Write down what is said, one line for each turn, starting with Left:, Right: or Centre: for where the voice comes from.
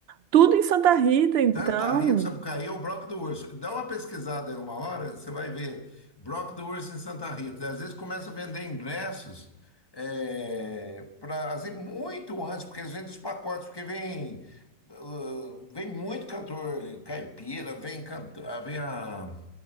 Right: tudo em Santa Rita, então.
Left: Santa Rita do Sapucaí é o Broco do Urso. Dá uma pesquisada aí uma hora, você vai ver Broco do Urso em Santa Rita. Às vezes começa a vender ingressos é, pra, assim, muito antes, porque eles vendem os pacotes, porque vem, uh, vem muito cantor caipira, vem, cantor, vem a,